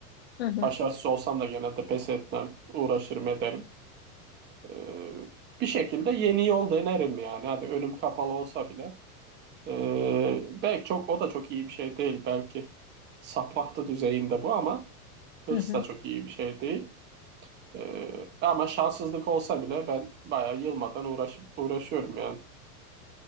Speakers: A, on the left; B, on the right.
A: hı hı,
B: Başarısız olsam da genelde pes etmem, uğraşırım ederim. Ee, bir şekilde yeni yol denerim yani. Hadi önüm kapalı olsa bile. Ee, belki çok o da çok iyi bir şey değil. Belki saplantı düzeyinde bu ama hırs
A: hı hı.
B: da çok iyi bir şey değil. Ee, ama şanssızlık olsa bile ben bayağı yılmadan uğraşıp uğraşıyorum yani.